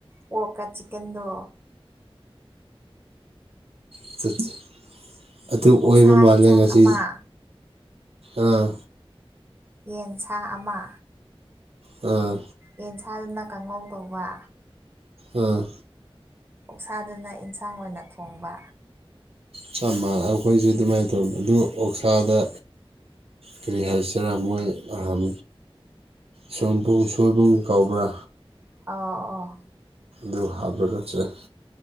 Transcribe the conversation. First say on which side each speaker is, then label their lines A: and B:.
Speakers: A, on the right; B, on the right.
A: ꯄꯣꯛꯀ ꯆꯤꯛꯀꯦꯟꯗꯣ
B: ꯑꯠꯆꯆꯥ ꯑꯗꯨ
A: ꯑꯣꯛꯁꯥ
B: ꯑꯣꯏꯕ ꯃꯥꯜꯂꯦ
A: ꯌꯦꯟꯁꯥꯡ
B: ꯉꯁꯤ
A: ꯑꯃ
B: ꯑꯥ
A: ꯌꯦꯟꯁꯥ ꯑꯃ
B: ꯑꯥ
A: ꯌꯦꯟ ꯁꯥꯗꯨꯅ ꯀꯥꯡꯉꯧ ꯇꯧꯕ
B: ꯑꯥ
A: ꯑꯣꯛꯁꯥꯗꯨꯅ ꯏꯟꯁꯥꯡ ꯑꯣꯏꯅ ꯊꯣꯡꯕ
B: ꯆꯞ ꯃꯥꯟꯅ ꯑꯩꯈꯣꯏꯖꯦ ꯑꯗꯨꯃꯥꯏꯅ ꯇꯧꯅꯤ ꯑꯗꯨ ꯑꯣꯛꯁꯥꯗ ꯀ꯭ꯔꯤ ꯍꯥꯏꯁꯦꯔꯥ ꯃꯣꯏ ꯑꯥꯝ ꯁꯣꯝꯄꯨ ꯁꯣꯏꯕꯨꯝ ꯀꯧꯕ꯭ꯔꯥ
A: ꯑꯥꯎ ꯑꯣ
B: ꯗꯨ ꯍꯥꯞꯂꯥꯒ ꯆꯥꯏ